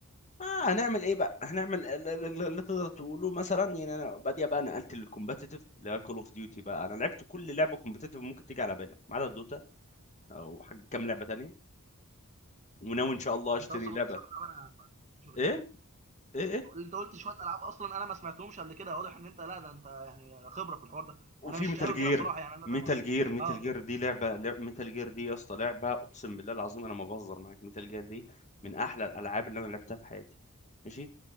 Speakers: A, on the left (about 30°); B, on the right (about 30°).
A: آه هنعمل ايه بقى هنعمل ال- ال- ال- اللي تقدر تقوله مثلا يعني انا بادية بقى نقلت للكومبتيتيف اللي هي كول اوف ديوتي بقى انا لعبت كل لعبه كومبتيتيف ممكن تيجي على بالك ما عدا دوتا او حاجه كام لعبه تانية وناوي ان شاء الله اشتري
B: انت اصلا
A: لعبه
B: بتصل العاب انا مش
A: ايه
B: كده
A: ايه ايه
B: اللي انت قلت شويه العاب اصلا انا ما سمعتهمش قبل كده واضح ان انت لا ده انت يعني خبره في الحوار ده
A: وفي
B: انا مش
A: ميتال
B: قوي
A: جير
B: كده بصراحه يعني انا
A: ميتال
B: زي ما
A: جير ميتال
B: اه
A: جير دي لعبه لع... ميتال جير دي يا اسطى لعبه اقسم بالله العظيم انا ما بهزر معاك ميتال جير دي من احلى الالعاب اللي انا لعبتها في حياتي ماشي